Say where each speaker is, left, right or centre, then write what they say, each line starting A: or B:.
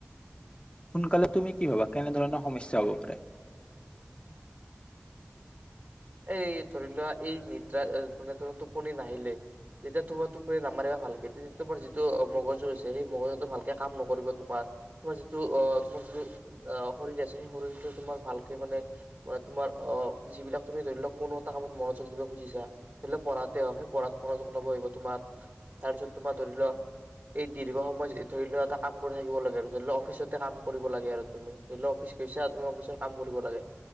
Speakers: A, on the left; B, on the right.
A: সোনকালে তুমি কি ভাবা কেনেধৰণৰ সমস্যা হব পাৰে?
B: এই ধৰি লোৱা এই নিদ্ৰা মানে তোমাৰ টোপনি নাহিলে, যেতিয়া তোমাৰ টোপনি নামাৰিবা ভালকে তেতিয়া তোমাৰ যিটো মগজু আছে সেই মগজুটো ভালকে কাম নকৰিব তোমাৰ তোমাৰ যিটো অ তোমাৰ যিটো শৰীৰ আছে সেই শৰীৰটো তোমাৰ ভালকে মানে ম তোমাৰ অ যিবিলাক তুমি ধৰি লও কোনো এটা কামত মনোযোগ দিব খুজিছা, ধৰি লওক পঢ়াতে হওঁক, সেই পঢ়াত মনোযোগ আহিব তোমাৰ, তাৰ পিছত তোমাৰ ধৰি লোৱা এই দীৰ্ঘ সময় ধৰি লোৱা এটা কাম কৰি থাকিব লাগে আৰু ধৰি ল অফিচতে কাম কৰিব লাগে আৰু তুমি, ধৰি লোৱা অফিচ গৈছা তুমি, অফিচত কাম কৰিব লাগে